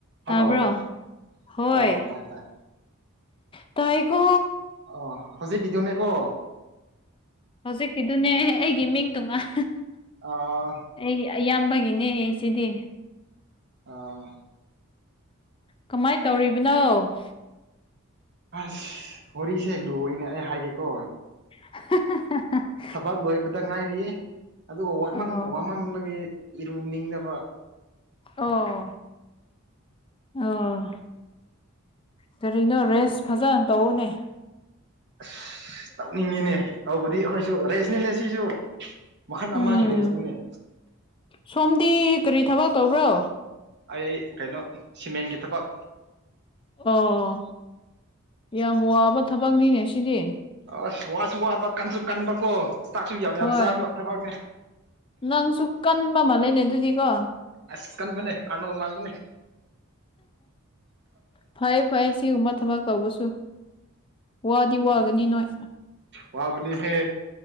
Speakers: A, on the left; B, on the right.
A: ꯇꯥꯕ꯭ꯔꯣ
B: hello
A: ꯍꯣꯏ
B: ꯑꯣ ꯇꯥꯏ ꯇꯥꯏ
A: ꯇꯥꯏꯀꯣ
B: ꯑꯣ ꯍꯧꯖꯤꯛ ꯀꯤꯗꯨꯅꯦꯀꯣ
A: ꯍꯧꯖꯤꯛꯀꯤꯗꯨꯅꯦ ꯑꯩꯒꯤ ꯃꯤꯡ ꯇꯣꯉꯥꯟ
B: ꯑꯥ
A: ꯑꯩ ꯑꯌꯥꯝꯕꯒꯤꯅꯦ ꯁꯤꯗꯤ
B: ꯑꯥ
A: ꯀꯃꯥꯏꯅ ꯇꯧꯔꯤꯕꯅꯣ
B: ꯑꯁ ꯋꯥꯔꯤꯁꯦ ꯂꯨꯏꯌꯦꯅꯦ ꯑꯩ ꯍꯥꯏꯒꯦꯀꯣ
A: ꯍꯥ ꯍꯥ ꯍꯥ
B: ꯊꯕꯛ ꯂꯣꯏꯕꯗ ꯉꯥꯏꯔꯤꯌꯦ ꯑꯗꯨꯒ
A: ꯑꯣ
B: ꯋꯥꯃꯟꯕꯒꯤ ꯏꯔꯨ ꯅꯤꯡꯗꯕ
A: ꯑꯣ ꯑꯣ ꯀꯔꯤꯅꯣ ꯔꯦꯁ ꯐꯖꯅ ꯇꯧꯑꫭꯅꯦ
B: ꯑꯁ ꯇꯧꯅꯤꯡꯉꯤꯅꯦ ꯇꯧꯕꯗꯤ ꯑꯩꯈꯣꯏꯁꯨ ꯔꯦꯁꯅꯤꯅꯦ ꯁꯤꯁꯨ ꯃꯈꯟ
A: ꯎꯝ
B: ꯑꯃꯒꯤ ꯔꯦꯁꯅꯤꯅꯦ
A: ꯁꯣꯝꯗꯤ ꯀꯔꯤ ꯊꯕꯛ ꯇꯧꯕ꯭ꯔꯣ
B: ꯑꯩ ꯀꯩꯅꯣ ꯁꯤꯃꯦꯟꯒꯤ ꯊꯕꯛ
A: ꯑꯣ ꯌꯥꯝ ꯋꯥꯕ ꯊꯕꯛꯅꯤꯅꯦ ꯁꯤꯗꯤ
B: ꯑꫭ ꯑꯁ ꯋꯥꯁꯨ ꯋꯥꯕ ꯀꯟꯁꯨ ꯀꯟꯕꯀꯣ ꯆꯥꯛꯁꯨ ꯌꯥꯝ
A: ꯍꯣꯏ
B: ꯌꯥꯝ ꯆꯥꯕ ꯊꯕꯛꯅꯦ
A: ꯅꯪꯁꯨ ꯀꯟꯕ ꯃꯥꯂꯦꯅꯦ ꯑꯗꯨꯗꯤꯀꯣ
B: ꯑꯁ ꯀꯟꯕꯅꯦ ꯑꯥꯔꯅꯣꯜ ꯃꯥꯟꯕꯅꯦ
A: ꯐꯩ ꯐꯩ ꯁꯤꯒꯨꯝꯕ ꯊꯕꯛ ꯇꯧꯕꯁꯨ ꯋꯥꯗꯤ ꯋꯥꯒꯅꯤ ꯅꯣꯏ
B: ꯋꯥꯕꯅꯤꯍꯦ